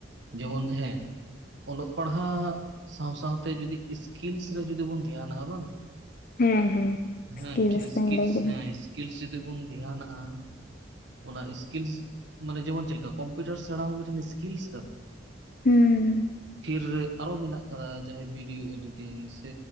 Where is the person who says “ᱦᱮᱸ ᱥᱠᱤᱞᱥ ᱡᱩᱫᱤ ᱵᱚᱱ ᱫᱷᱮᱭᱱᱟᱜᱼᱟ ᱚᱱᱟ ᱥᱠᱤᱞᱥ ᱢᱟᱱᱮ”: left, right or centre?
Right